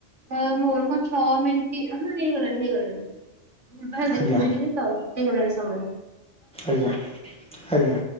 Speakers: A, on the right; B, in the centre.
A: ହ ମୋର କଣ ଛଅ ମିନିଟ୍ ହଁ ହେଇଗଲାଣି ହେଇଗଲାଣି। ଭୁଲ ଭଲ
B: ଆଜ୍ଞା
A: ଦେଖୁଚି ଟିକ ତ ହେଇଗଲାଣି ସମୟ।
B: ଆଜ୍ଞା ଆଜ୍ଞା।